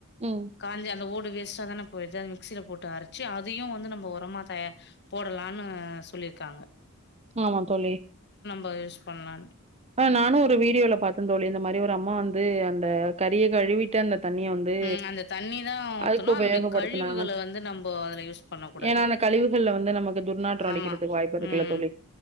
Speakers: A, on the right; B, on the left.
A: ம்.
B: காஞ்சி அந்த ஓட் இது வேஸ்டா தான போயிடு அது மிக்சில போட்டு அரைச்சு அதையு வந்து நம்போ உரமா தய போடலான்னு சொல்லிருக்காங்க
A: ஆமா தோழி
B: பயஸ் பண்லான்டு
A: ஆ நானும் ஒரு வீடியோல பாத்தந்தோழி இந்த மாரி ஒரு அம்மா வந்து அந்த கறிய கழுவிட்டு அந்த தண்ணிய வந்து
B: ம் அந்த தண்ணிதா ஊத்தனு
A: அதுக்கு உபயோகப்படுத்துனாங்க.
B: அதோடைய கழிவுகள வந்து நம்போ அதுல யூஸ் பண்ண கூடாது
A: ஏன்னா அந்த கழிவுகள்ல வந்து நமக்கு துர்நாற்றம் அடிக்கிறதுக்கு
B: ஆமா
A: வாய்ப்பு இருக்குல்ல
B: ம்
A: தோழி.